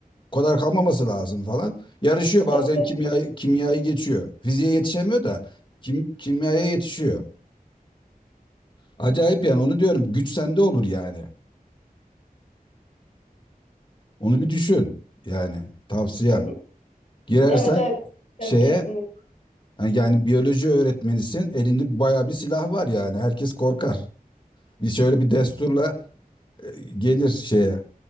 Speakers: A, on the left; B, on the left.
A: o kadar kalmaması lazım falan. Yarışıyor
B: Tabii.
A: bazen kimya kimyayı geçiyor. Fiziğe yetişemiyor da kim, kimyaya yetişiyor. Acayip yani onu diyorum. Güç sende olur yani. Onu bir düşün. Yani tavsiyem.
B: <laughs>
A: Girersen
B: Evet evet.
A: şeye
B: Kesinlikle.
A: Yani, yani biyoloji öğretmenisin. Elinde bayağı bir silah var yani. Herkes korkar. Bir şöyle bir desturla e, gelir şeye